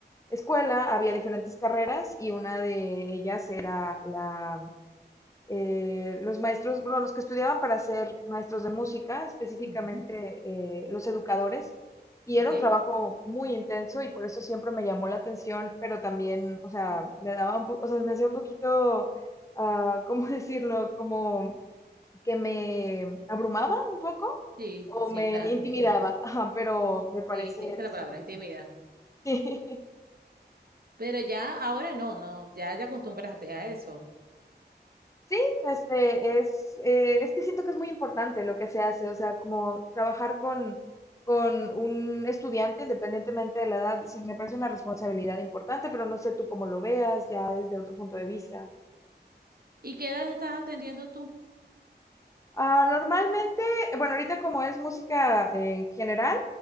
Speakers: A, on the left; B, on the right.
A: escuela había diferentes carreras y una de ellas era la eh, los maestros, bueno, los que estudiaban para ser maestros de música, específicamente
B: Ujú.
A: eh, los educadores, y era
B: ¿Ok?
A: un trabajo muy intenso y por eso siempre me llamó la atención, pero también, o sea, me daba un poco, o sea, me hacía un poquito, ah, <laughs> ¿cómo decirlo? Como que me abrumaba un poco
B: Sí,
A: o
B: sí,
A: me
B: claro.
A: intimidaba, <laughs> ajá, pero me parece
B: Sí, esa es la
A: súper...
B: palabra, intimida.
A: <laughs>
B: Pero ya ahora no, no, ya te acostumbraste a eso.
A: Sí, este, es, eh, es que siento que es muy importante lo que se hace, o sea, como trabajar con, con un estudiante independientemente de la edad, sí, me parece una responsabilidad importante, pero no sé tú cómo lo veas ya desde otro punto de vista.
B: ¿Y qué edad estás atendiendo tú?
A: Ah, normalmente, bueno, ahorita como es música eh, en general,